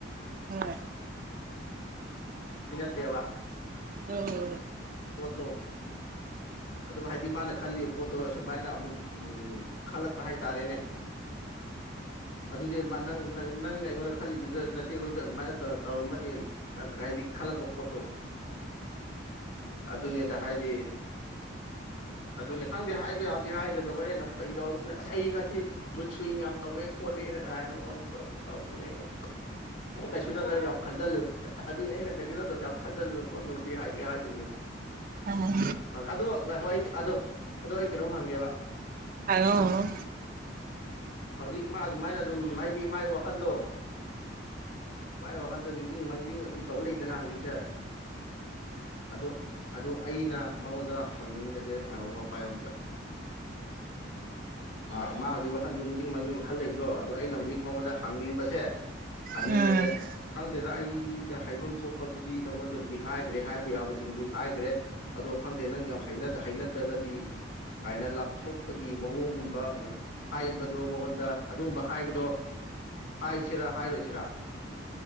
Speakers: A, on the right; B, on the left.
A: ꯍꯣꯏ
B: ꯁꯦꯕ
A: ꯍ ꯍꯣ
B: ꯄꯣꯠꯇꯣ ꯑꯗꯨꯕꯨ ꯍꯥꯏꯗꯤ ꯃꯥꯅ ꯈꯜꯂꯤꯕ ꯄꯣꯠꯇꯣ ꯑꯁꯨꯃꯥꯏꯅ ꯑꯃꯨꯛ ꯈꯜꯂꯛꯄ ꯍꯥꯏꯇꯥꯔꯦꯅꯦ ꯑꯗꯨꯗꯤ ꯅ ꯅꯪꯅ ꯑꯩꯉꯣꯟꯗ ꯈꯜꯂꯤꯗꯨꯁꯨ ꯏꯆꯦꯈꯣꯏꯁꯨ ꯑꯗꯨꯃꯥꯏꯅ ꯇꯧꯔꯝꯕꯅꯤ ꯍꯥꯏꯗꯤ ꯈꯜꯂꯛꯄ ꯄꯣꯠꯇꯣ ꯑꯗꯨꯅꯦꯗ ꯍꯥꯏꯗꯤ ꯑꯗꯨꯅꯦ ꯈꯪꯗꯦ ꯍꯥꯏꯕ ꯌꯥꯗꯤ ꯍꯥꯏꯈ꯭ꯔꯕꯅꯤ ꯍꯣꯔꯦꯟ ꯑꯗꯨꯨꯛ ꯀꯩ ꯇꯧꯔꯄꯅꯤ ꯑꯁ ꯑꯩ ꯉꯁꯤ ꯃꯨꯠ ꯁꯨꯋꯤꯡ ꯌꯥꯝ ꯇꯧꯋꯦ ꯈꯣꯠꯂꯦꯅ ꯀꯥꯏꯅ ꯇꯧꯔ ꯇꯧꯔꯄꯅꯦꯅ ꯀꯩꯁꯨ ꯅꯠꯇꯕ ꯌꯥꯝ ꯈꯟꯖꯤꯜꯂꯨ ꯑꯗꯨ ꯑꯩꯅ ꯀꯩꯁꯨ ꯅꯠꯇꯕꯁꯨ ꯌꯥꯝ ꯈꯟꯖꯜꯂꯨ ꯈꯣꯠꯂꯨꯗꯤ ꯍꯥꯏꯗꯤ ꯍꯥꯏꯈꯤꯕꯅꯤ
A: ꯍꯣꯏ
B: ꯑꯣ ꯉꯥꯏꯈꯣ ꯑ ꯑꯗꯣ ꯑꯩ ꯀꯩꯅꯣꯝ ꯍꯪꯒꯦꯕ
A: ꯍꯥꯏꯌ ꯍꯪꯉ
B: ꯍꯧꯖꯤꯛ ꯃꯥ ꯑꯗꯨꯃꯥꯏꯅ ꯑꯗꯨꯝ ꯍꯥꯏꯗꯤ ꯃꯥꯒꯤ ꯋꯥꯈꯜꯗꯣ ꯃꯥꯥꯏ ꯋꯥꯈꯟꯗꯣ ꯅꯤꯡꯁꯤꯡꯤꯡ ꯃꯥꯡꯖꯤꯡ ꯑꯗꯨꯝ ꯇꯧꯕ ꯂꯩꯗꯅ ꯍꯧꯖꯤꯛꯁꯦ ꯑꯗꯨ ꯑꯗꯨ ꯑꯩꯅ ꯃꯉꯣꯟꯗ ꯍꯪꯅꯤꯡꯕꯁꯦ ꯉꯥꯏꯈꯀꯣ ꯄꯥꯏꯌꯣ ꯑꯣꯝꯇ ꯑꯥ ꯃꯥ ꯍꯧꯖꯤꯛ ꯋꯥꯈꯟꯗꯣ ꯅꯤꯡꯁꯤꯡ ꯃꯥꯡꯖꯤꯡ ꯈꯜ ꯂꯩꯕꯗꯣ ꯑꯗꯨ ꯑꯩꯅ ꯍꯧꯖꯤꯛ ꯃꯉꯣꯟꯗ ꯍꯪꯅꯤꯡꯕꯁꯦ
A: ꯈꯪꯗꯦꯅꯦ
B: ꯍꯥꯏꯅꯤꯡꯕꯁꯦ ꯑꯁ ꯈꯪꯗꯦꯗ ꯑꯩꯗ ꯍꯥꯏꯐꯝ ꯊꯣꯛꯄꯕꯨꯗꯤ ꯅꯪꯉꯣꯟꯗꯕꯨꯗꯤ ꯍꯥꯏꯈ꯭ꯔꯦ ꯍꯥꯏꯕ ꯌꯥꯕꯁꯤꯡꯗꯨꯗꯤ ꯍꯥꯏꯈ꯭ꯔꯦ ꯑꯗꯣ ꯈꯪꯗꯦ ꯅꯪ ꯌꯥꯝ ꯍꯥꯏꯅꯗ꯭ꯔꯒꯗꯤ ꯀꯥꯏꯅ ꯂꯥꯞꯊꯣꯛꯄꯒꯤ ꯃꯑꯣꯡꯒꯨꯝꯕ ꯍꯥꯏꯕꯗꯣ ꯃꯉꯣꯟꯗ ꯑꯗꯨꯒꯨꯝꯕ ꯍꯥꯏꯕꯗꯣ ꯍꯥꯏꯁꯤꯔꯥ ꯍꯥꯏꯔꯣꯏꯁꯤ ꯨꯖꯔꯥ